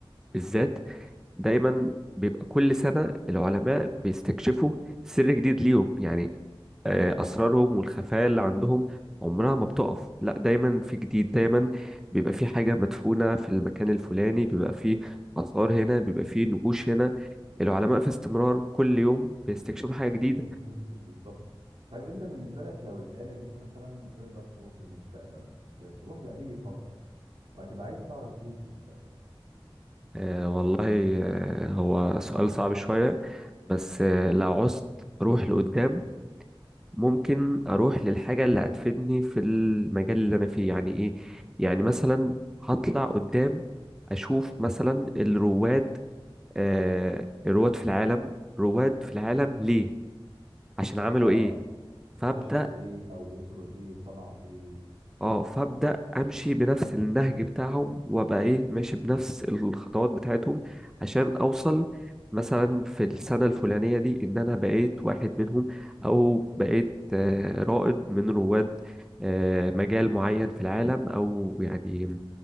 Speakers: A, in the centre; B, on the right (about 75°).
A: بالذات دايما بيبقى كل سنة العلماء بيستكشفوا سر جديد ليهم يعني آه، أسرارهم والخفايا اللي عندهم عمرها ما بتقف لا دايما في جديد دايما بيبقى في حاجة مدفونة في المكان الفلاني بيبقى في آثار هنا بيبقى في نقوش هنا العلماء في استمرار كل يوم بيستكشفوا حاجة جديدة
B: يكتشفوا جديد بالظبط طيب انت بالنسبة لك لو الآلة دي مثلا تقدر تروح للمستقبل تروح لأي فترة وهتبقى عايز تعرف ايه في المستقبل
A: آه والله آه هو سؤال صعب شوية بس آه لو عوزت روح لقدام ممكن اروح للحاجه اللي هتفيدني في المجال اللي انا فيه يعني ايه يعني مثلا هطلع قدام اشوف مثلا الرواد آه الرواد في العالم رواد في العالم ليه عشان عملوا
B: اه
A: ايه فابدا
B: اكتشفوا ايه او وصلوا لايه صنعوا ايه
A: اه فابدا امشي بنفس النهج بتاعهم وابقى ايه ماشي بنفس الخطوات بتاعتهم عشان اوصل مثلا في السنه الفلانيه دي ان انا بقيت واحد منهم او بقيت آه، رائد من رواد آه، مجال معين في العالم او يعني